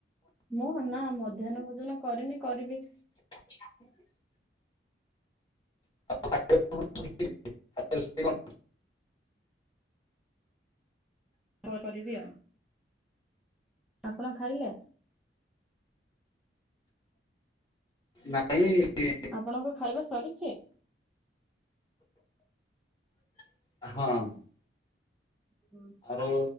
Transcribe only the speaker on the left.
<inaudible> <unintelligible>
ନାଇଁ
ମୁଁ <unintelligible> <unintelligible>
ଆଉ